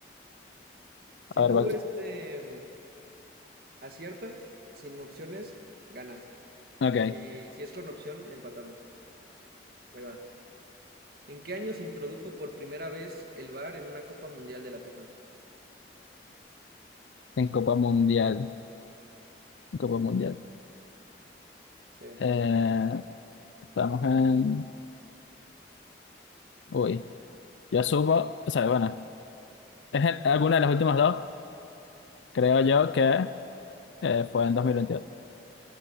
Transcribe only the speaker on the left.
A
ver, what-
ok,
en Copa Mundial, Copa Mundial.
Eh, estamos en... Uy. Yo supo, o sea, bueno, es en- alguna de las últimas dos, creo yo que eh, fue en dos mil veintidós